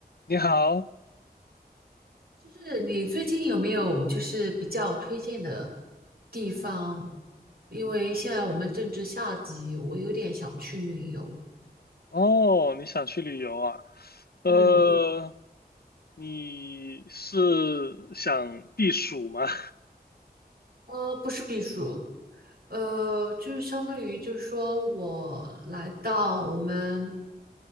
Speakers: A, on the left (about 70°); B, on the right (about 65°).
A: 你好，
B: 就是你最近有没有就是比较推荐的地方？因为现在我们正值夏季，我有点想去旅游。
A: 哦，你想去旅游啊？呃，
B: 嗯，
A: 你是想避暑吗？<laughs>
B: 呃，不是避暑，呃，就是相当于就是说我来到我们